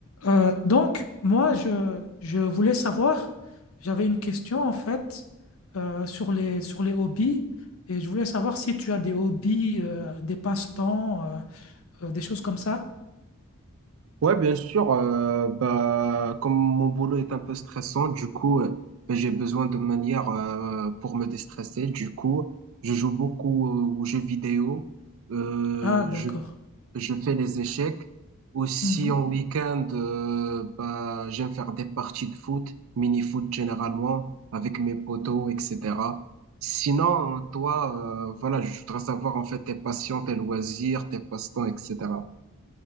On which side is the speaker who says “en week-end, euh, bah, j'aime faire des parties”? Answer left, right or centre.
Right